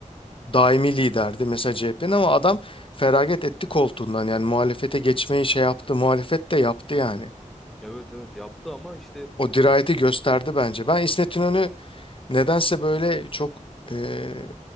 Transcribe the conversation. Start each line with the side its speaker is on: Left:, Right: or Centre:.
Left: Daimi liderdi mesela CHP'nin ama adam feragat etti koltuğundan yani muhalefete geçmeyi şey yaptı muhalefet de yaptı yani.
Centre: Evet evet yaptı ama işte
Left: O dirayeti gösterdi bence. Ben İsmet İnönü nedense böyle çok e,